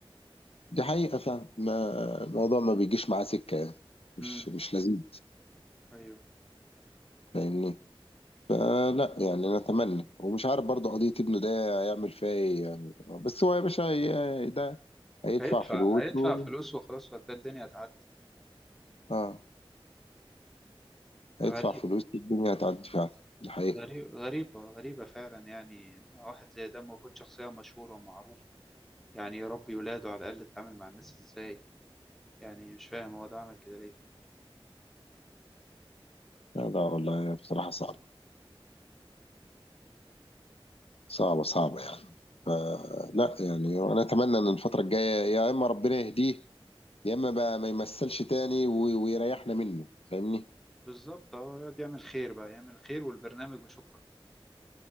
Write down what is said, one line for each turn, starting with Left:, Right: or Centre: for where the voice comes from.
Left: دي حقيقه فعلا ما الموضوع ما بيجيش معاه سكه يعني مش
Centre: امم
Left: مش لذيذ
Centre: ايوه
Left: فاهمني فلا يعني نتمنى ومش عارف برضه قضيه ابنه ده هيعمل فيها ايه يعني بس هو يا باشا هي- ده هيدفع
Centre: هيدفع
Left: فلوس
Centre: هيدفع
Left: و...
Centre: فلوس وخلاص وهتلاقي الدنيا هتعدي
Left: اه هيدفع
Centre: غريب
Left: فلوس الدنيا هتعدي فعلا دي حقيقه
Centre: غريب غريبه غريبه فعلا يعني واحد زي ده المفروض شخصيه مشهوره ومعروفه يعني يربي ولاده على الاقل يتعامل مع الناس ازاي يعني مش فاهم هو ده عمل كده ليه
Left: لا لا والله بصراحه صعبه صعبه صعبه يعني فلا يعني انا اتمنى ان الفتره الجايه يا اما ربنا يهديه يا اما بقى ما يمثلش تاني و- ويريحنا منه فاهمني
Centre: بالظبط اه يقعد يعمل خير بقى يعمل خير والبرنامج وشكرا